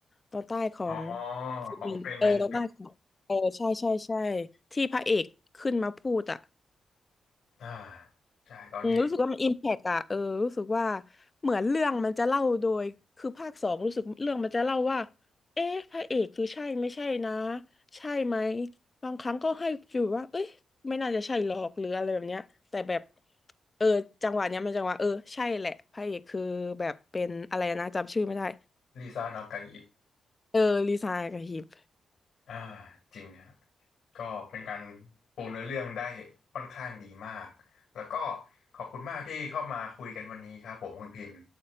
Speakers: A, on the left; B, on the left.
A: ตอนใต้ของ
B: อ๋อ
A: ฟิลิปปินส์เออตอนใต้ของเออใช่ใช่ใช่
B: ของเฟรแมน
A: ที่พระเอกขึ้นมาพูดอ่ะ
B: อ่าใช่ตอนที่
A: อืมรู้สึกว่ามันอิมแพกอะเออรู้สึกว่าเหมือนเรื่องมันจะเล่าโดยคือภาคสองรู้สึกเรื่องมันจะเล่าว่าเอ๊ะพระเอกคือใช่ไม่ใช่นะใช่ไหมบางครั้งก็ให้ฟิลว่าเอ้ยไม่น่าจะใช่หรอกหรืออะไรแบบเนี้ยแต่แบบเออจังหวะเนี้ยมันจังหวะเออใช่แหละพระเอกคือแบบเป็นอะไรนะจำชื่อไม่ได้
B: ลิซ่านากาอิบ
A: เออลีซายกับฮิป
B: อ่าจริงฮะก็เป็นการปูเนื้อเรื่องได้ค่อนข้างดีมากแล้วก็ขอบคุณมากที่เข้ามาคุยกันวันนี้ครับผมคุณพิมพ์